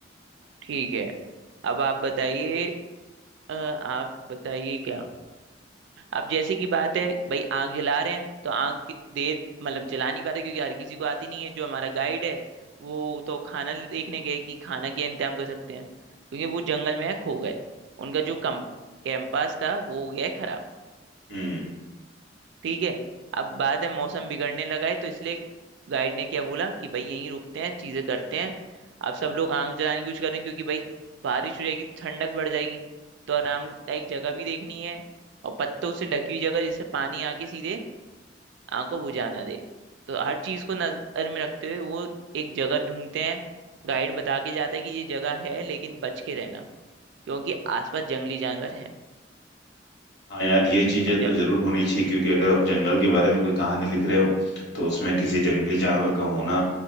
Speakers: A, on the right (about 70°); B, on the left (about 65°).
A: ठीक है अब आप बताइए अ, आप बताइए क्या अब जैसे की बात है भाई आग जला रहे हैं तो आग कि- देर मतलब जला नहीं पाते क्योंकि हर किसी को आती नहीं है जो हमारा गाइड है वो तो खाना ले- देखने गए कि खाना क्या इंतजाम कर सकते हैं क्योंकि वो जंगल में खो गए उनका जो कम कैंपस था वो हो गया है खराब
B: हम्म
A: ठीक है अब बात है मौसम बिगड़ने लगा है तो इसलिए गाइड ने क्या बोला कि भाई यहीं रुकते हैं चीजें करते हैं अब सब लोग आग जलाने की कोशिश कर रहे हैं क्योंकि भाई बारिश हो जाएगी तो ठंडक बढ़ जाएगी तो आरामदायक जगह भी देखनी है और पत्तों से ढकी हुई जगह जिससे पानी आके सीधे आग को बुझा ना दे तो हर चीज को नजर में रखते हुए वो एक जगह ढूंढते हैं गाइड बता के जाता है कि ये जगह है लेकिन बच के रहना क्योंकि आसपास जंगली जानवर हैं
B: हाँ यार ये चीजें
A: और ज...
B: तो जरूर होनी चाहिए क्योंकि अगर आप जंगल के बारे में कोई कहानी लिख रहे हो तो उसमें किसी जंगली जानवर का होना